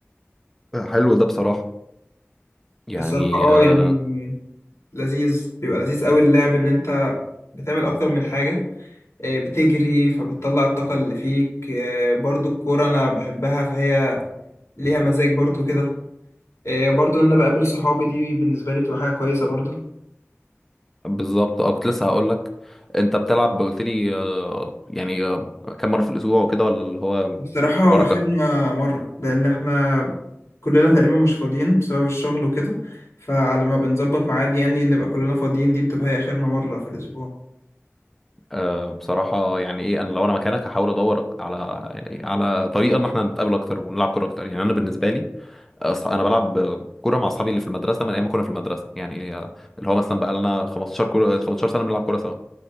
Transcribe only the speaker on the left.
الصراحة اه
يعني لذيذ بيبقى لذيذ أوي اللعب إن أنت بتعمل أكتر من حاجة آه، بتجري فبتطلع الطاقة اللي فيك آه، برضو الكورة أنا بحبها فهي ليها مزاج برضو كده آه، برضو إن أنا بقابل صحابي دي بالنسبة لي بتبقى حاجة كويسة برضو
بصراحة
أخدنا مرة لأن إحنا كلنا تقريبا مش فاضيين بسبب الشغل وكده فعلى ما بنظبط ميعاد يعني نبقى كلنا فاضيين دي بتبقى هي آخرنا مرة في الأسبوع